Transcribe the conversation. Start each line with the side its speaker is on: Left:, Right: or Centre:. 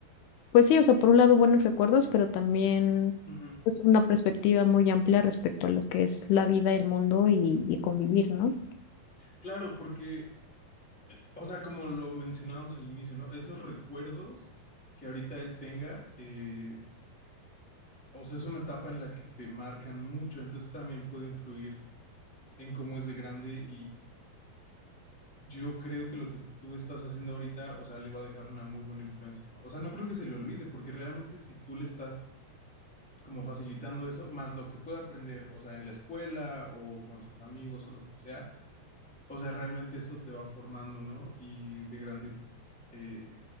Left: pues sí, o sea, por un lado buenos recuerdos, pero también
Centre: ujú,
Left: pues, una perspectiva muy amplia respecto a lo que es la vida, el mundo y, y convivir, ¿no?
Centre: claro, porque, o sea, como lo mencionábamos al inicio, ¿no? Esos recuerdos que ahorita él tenga, eh, o sea, es una etapa en la que te marcan mucho, entonces también puede influir en cómo es de grande yo creo que lo que tú estás haciendo ahorita, o sea, le va a dejar una muy buena influencia, ¿no? O sea, no creo que se le olvide, porque realmente si tú le estás como facilitando eso, más lo que pueda aprender, o sea, en la escuela o con sus amigos o lo que sea, o sea, realmente eso te va formando, ¿no? Y de grande, eh,